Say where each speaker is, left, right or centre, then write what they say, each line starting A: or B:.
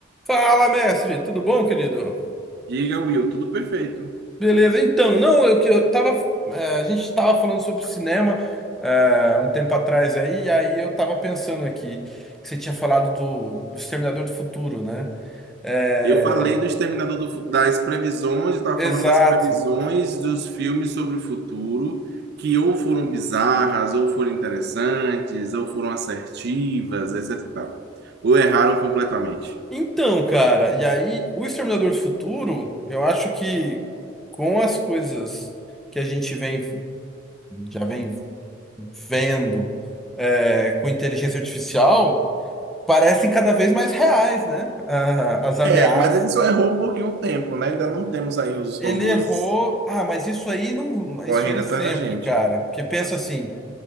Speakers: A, in the centre; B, on the right.
A: Fala, mestre, tudo bom, querido?
B: Diga, Will, tudo perfeito.
A: Beleza, então, não, eu que eu tava. é, a gente tava falando sobre cinema é, um tempo atrás aí, e aí eu tava pensando aqui que você tinha falado do, do Exterminador do Futuro, né? É,
B: Eu falei do Exterminador do, Fu- das previsões, eu estava
A: exato.
B: falando das previsões dos filmes sobre o futuro, que ou foram bizarras, ou foram interessantes, ou foram assertivas, etc e tal. Ou erraram completamente.
A: Então, cara, e aí o Exterminador do Futuro, eu acho que com as coisas que a gente vem já vem vendo é, com inteligência artificial. parecem cada vez mais reais, né? Ah, as ameaças.
B: É, mas ele só errou um pouquinho o tempo, né? Ainda não temos aí os
A: Ele
B: robôs
A: errou. Ah, mas isso aí não, isso
B: correndo
A: aí
B: atrás
A: sempre,
B: da gente.
A: cara. Porque pensa assim,